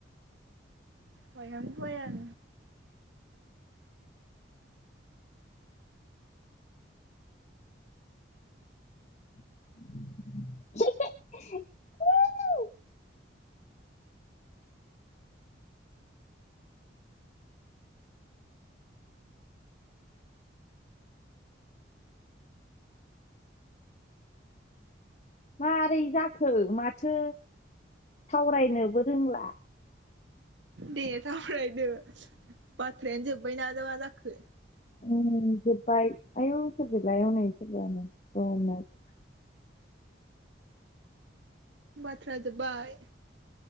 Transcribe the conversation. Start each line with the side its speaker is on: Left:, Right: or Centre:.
Right: बायां बायां
Left: <unintelligible> मारै जाखो माथो सावरायनोबो रोंला
Right: दे सावरायदो बाथ्रायानो जोब्बायना बा जाखो?
Left: <unintelligible> आयौ सोरबेलाय हनै <unintelligible>
Right: बाथ्रा जोबबाय